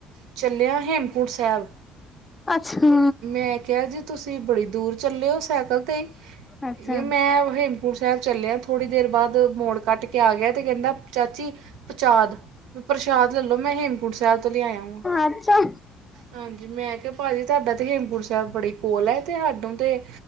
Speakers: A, on the right (about 70°); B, on the left (about 20°).
A: ਚੱਲਿਆ ਹੇਮਕੁੰਟ ਸਾਹਿਬ।
B: ਅੱਛਾ!
A: ਮੈਂ ਕਿਹਾ ਜੀ ਤੁਸੀਂ ਬੜੀ ਦੂਰ ਚੱਲੇ ਓ ਸਾਈਕਲ ਤੇ
B: ਅੱਛਾ
A: ਈ, ਮੈਂ ਹ ਸਾਹਿਬ ਚੱਲਿਆ, ਥੋੜ੍ਹੀ ਦੇਰ ਬਾਅਦ ਮੋੜ ਕੱਟ ਕੇ ਆ ਗਿਆ ਤੇ ਕਹਿੰਦਾ ਚਾਚੀ ਪਚਾਦ। ਵੀ ਪ੍ਰਸ਼ਾਦ ਲੈਲੋ ਮੈਂ ਹੇਮਕੂਟ ਸਾਹਿਬ ਤੋਂ ਲਿਆਇਆ ਵਾਂ,
B: ਅੱਛਾ
A: ਹਾਂਜੀ। ਮੈਂ ਕੇ ਭਾਜੀ ਤਾਡਾ ਤੇ ਹੇਮਕੁੰਟ ਸਾਹਿਬ ਬੜੀ ਕੋਲ ਹੈ ਤੇ ਹਾਨੂੰ ਤੇ